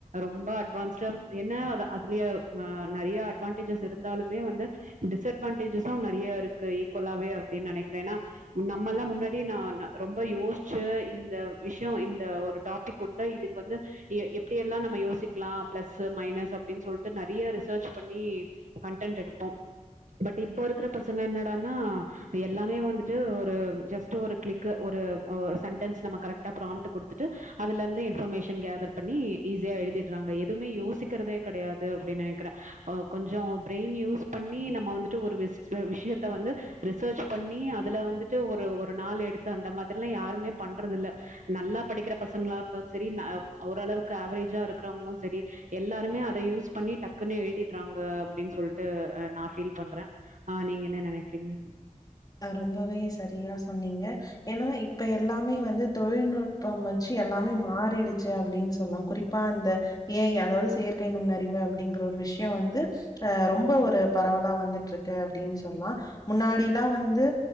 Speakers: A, on the right (about 75°); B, on the left (about 30°).
A: ரொம்ப அட்வான்ஸ் சம் என்ன அது அதுலயே ஆ நறைய அட்வான்டேஜஸ் இருந்தாலுமே வந்து டிஸ்அட்வான்டேஜ்சும் நறைய இருக்கு ஈக்குவலாவே அப்டின் நனைக்கிற எனா நம்மல்லா முன்னாடி நா ந ரொம்ப யோசிச்சு இந்த விஷ்ய இந்த ஒரு டாபிக் குடுத் தா இதுக்கு வந்து எ எப்டி எல்லா நம்ம யோசிக்கலா பிளஸ்சு மைனஸ்சு அப்டின் சொல்ட்டு நறைய ரிசர்ச் பண்ணி கன்டன்ட் எடுப்போ பட் இப்போ இருக்கற பசங்க என்னடன்னா எல்லாமே வந்துட்டு ஒரு ஜஸ்ட் ஒரு கிளிக்கு ஒரு ஒ சென்டன்ஸ் நம்ம கரெக்ட் ட ப்ராம்ட்ட கொடுத்துட்டு அதுல இருந்து இன்பர்மேஷன் கேதர் பண்ணி ஈஸியா எழுதிட்றாங்க எ எதுமே யோசிக்கறதே கெடையாது அப்டின்னு நெனக்கிற கொஞ்சோ பிரின் யூஸ் பண்ணி நம்ம வந்துட்டு ஒரு விஸ் சில விஷ்யத்த வந்து ரிசர்ச் பண்ணி அதுல வந்துட்டு ஒரு ஒரு நாள் எடுத்து அந்த மாதிரிலா யாருமே பண்றதுல்ல நல்லா படிக்கிற பசங்களா இருந்தாலு சரி ந ஓரளவுக்கு ஆவரேஜா இருக்கறவங்களு சரி எல்லாருமே அத யூஸ் பண்ணி டக்குன் எழுதிட்றாங்க அப்டின் சொல்ட்டு நா ஃபீல் பண்ற ஆ நீங்க என்ன நெனக்றீங்க
B: ஆ ரொம்பவே சரியா சொன்னீங்க எனா இப்ப எல்லாமே வந்து தொழில்நுட்பம் வச்சு எல்லாமே மாறிடுச்சு அப்டின் சொல்லா குறிப்பா அந்த ஏ ஐ அதாவது செயற்கை நுண்ணறிவு அப்டிங்கற ஒரு விஷ்யோ வந்து அ ரொம்ப ஒரு பரவலா வந்துட்ருக்கு அப்டின் சொல்லா முன்னாடி லா வந்து